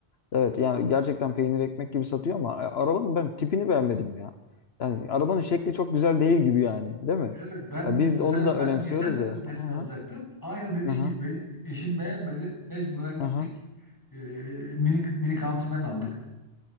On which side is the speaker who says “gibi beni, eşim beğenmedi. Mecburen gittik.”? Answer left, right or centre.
Left